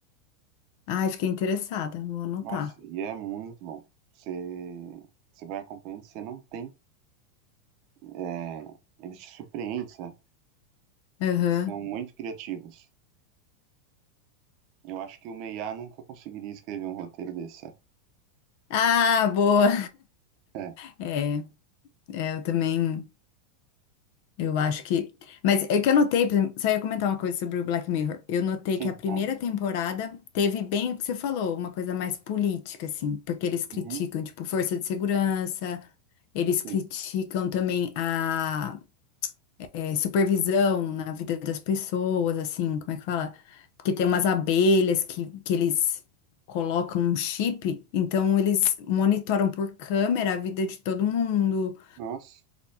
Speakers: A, on the left; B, on the right.
A: Ai, fiquei interessada, vou anotar.
B: Nossa, e é muito bom. Você, você vai acompanhando, você não tem. é, eles te surpreendem, sabe?
A: Aham.
B: Eles são muito criativos. Eu acho que o Meiá nunca conseguiria escrever um roteiro desse.
A: Ah, boa.
B: É,
A: É, é, eu também. Eu acho que. Mas é que eu notei, por exemplo, só ia comentar uma coisa sobre o Black Mirror. Eu notei
B: sim,
A: que a primeira
B: claro.
A: temporada teve bem o que você falou, uma coisa mais política, assim, porque eles criticam,
B: Uhum,
A: tipo, força de segurança, eles
B: sim.
A: criticam também a eh, supervisão na vida das pessoas, assim, como é que fala? Porque tem umas abelhas que, que eles colocam um chip, então eles monitoram por câmera a vida de todo mundo,
B: Nossa,